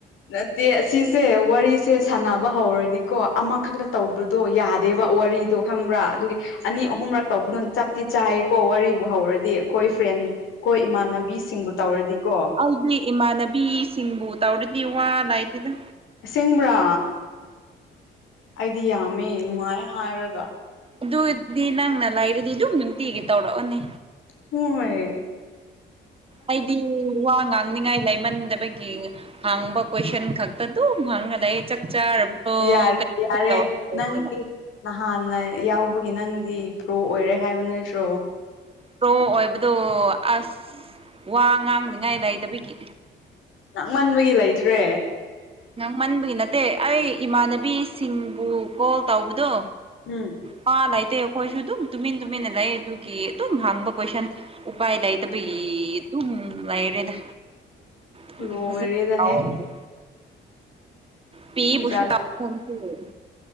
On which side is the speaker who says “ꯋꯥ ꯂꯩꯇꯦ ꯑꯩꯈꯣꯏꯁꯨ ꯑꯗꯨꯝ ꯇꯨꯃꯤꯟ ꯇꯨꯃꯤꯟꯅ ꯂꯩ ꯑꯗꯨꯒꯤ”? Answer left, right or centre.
Right